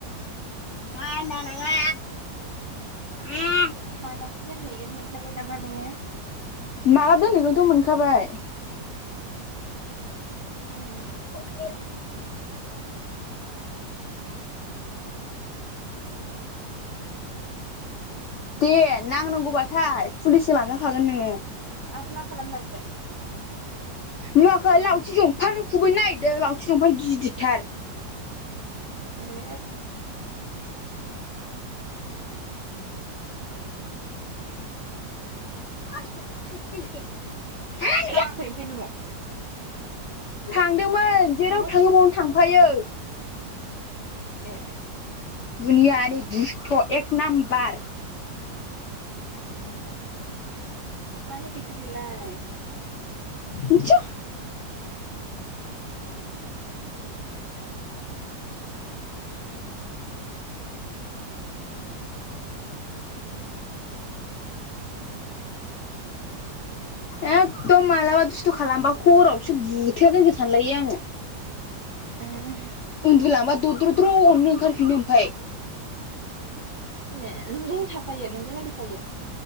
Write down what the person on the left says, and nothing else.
मा होनदों नोङो उम
माला दोनहैगोनथ मोनखाबाय
<unintelligible> दे नांनांगौबाथाय पुलिसजों लांजा खागोन नोङो।
नुवाखै लावथि जंफारजों खुबैनो नागिरदों लावथि जंफार गिदिरथार
<unintelligible>
थांदोंमोन जेराव
थाङो
बावनो थांफायो
दुनियानि दुस्थ' एक नाम्बार
मिथिया एखदम मालाबा दुस्थ' खालामबा हरावसो बुथेना दोनगोन सानलायो आङो।
उन्दुलांबा दद्र'द्र' अननो ओंखारफिनो ओमफाय